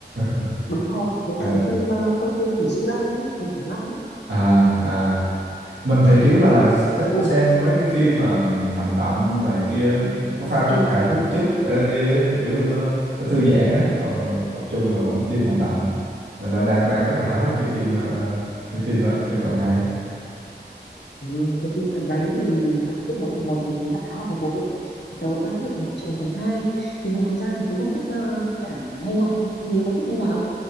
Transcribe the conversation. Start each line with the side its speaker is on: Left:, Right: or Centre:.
Right: <laughs>
Left: đúng rồi với
Right: à,
Left: cả cái phim ờ, công viên kỷ Jura ấy người khủng long ấy
Right: à à mình thì kiểu là
Left: thì cũng
Right: thích
Left: ừ.
Right: xem mấy cái phim mà hành động này kia có pha chút hài hước chút ờ, cái kiểu nó nó thư giãn á còn tập trung là vẫn phim hành động nên là đang đang rất là háo hức cái phim ờ, cái phim đó phim phần hai á
Left: ừ. cái phim phần đấy thì phần tiết mối phần một thì thấy là khá là hồi hộp ấy thì tớ cũng đang rất là chờ mong chờ phần hai, thì ngoài ra thì tớ còn thích ờ, cả nghe nhạc không thì Hiếu có thích nghe nhạc không